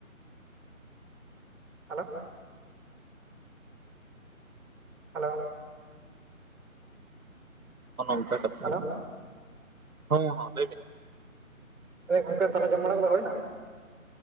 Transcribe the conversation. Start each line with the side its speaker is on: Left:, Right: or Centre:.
Centre: ᱦᱮᱞᱳ ᱦᱮᱞᱳ
Right: ᱚᱱᱮ ᱱᱚᱝᱠᱟ ᱠᱟᱛᱷᱟ
Centre: ᱦᱮᱞᱳ
Right: ᱦᱚᱸ ᱦᱚᱸ ᱞᱟᱹᱭᱵᱤᱱ
Centre: ᱮ ᱜᱚᱢᱠᱮ ᱛᱟᱦᱚᱞᱮ ᱡᱚᱢ ᱵᱟᱲᱟ ᱠᱚᱫᱚ ᱦᱩᱭᱮᱱᱟ